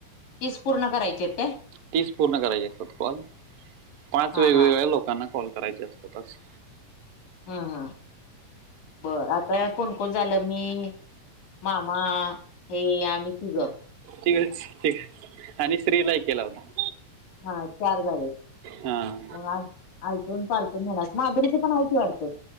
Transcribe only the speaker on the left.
तीस पूर्ण करायचेत काय?
हा
हा
हां हां. बरं. आता कोण कोण झालं? मी, मामा, हे, आम्ही तिघं.
हा चार झाले.
मग आज आलटून पालटून घेणार. मादुरीच पण हाय की वाटत?